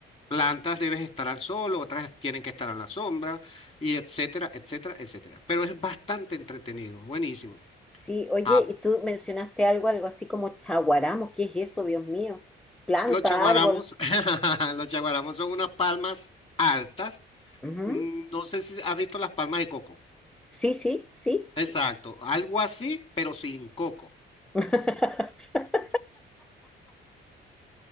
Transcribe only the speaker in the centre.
Sí, oye,
y tú mencionaste algo, algo así como chaguaramos, ¿qué es eso, Dios mío? Planta,
árbol.
Ujú.
Sí, sí, sí.
<laughs>